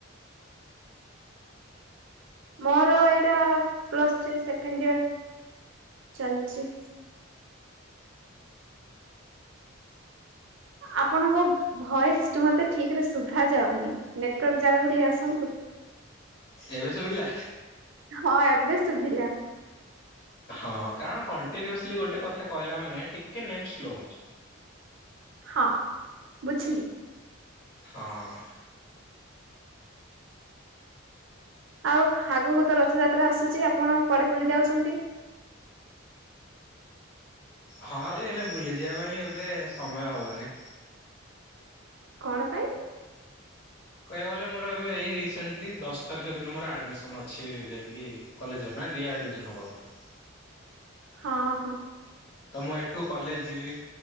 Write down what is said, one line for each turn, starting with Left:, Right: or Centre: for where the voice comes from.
Right: ମୋର ଏଇଟା ପ୍ଲସ୍ ଥ୍ରୀ ସେକେଣ୍ଡ ଇୟର ଚାଲିଛି। ଆପଣଙ୍କ ଭଏସୁ ମତେ ଠିକ ରେ ଶୁଭା ଯାଉନି ନେଟୱାର୍କ ଜାଗା କୁ ଟିକେ ଆସନ୍ତୁ।
Left: ଏବେ ଶୁଭିଲା।
Right: ହଁ ଏବେ ଶୁଭିଲା।
Left: ହଁ କାରଣ କଣ୍ଟିନ୍ୟୁଅସଲି ଗୋଟେ କଥା କହିଲା ମାନେ ଟିକେ ନେଟ୍ ସ୍ଲୋ ହଉଛି।
Right: ହଁ ବୁଝିଲି।
Left: ହଁ।
Right: ଆଉ ଆଗକୁ ତ ରଥଯାତ୍ରା ଆସୁଛି ଆପଣ କୁଆଡେ ବୁଲି ଯାଉଛନ୍ତି।
Left: ହଁ ଟ ହେଲେ ବୁଲିଯିବା ପାଇଁ ଏବେ ସମୟ ହବନି।
Right: କଣ ପାଇଁ?
Left: କହିବାକୁ ଗଲେ ମୋର ଏବେ ଏଇ ରିସେଣ୍ଟଲି ଦଶ ତାରିଖ ଦିନ ମୋର ଆଡମିସନ ଅଛି ଯାଇକି କଲେଜରେ ନା ରିଆ ଆଡ଼ମିସନ୍ ହବ ଆଉଥରେ।
Right: ହଁ ହଁ।
Left: ତ ମୁଁ ଏଠୁ କଲେଜ ଯିବି।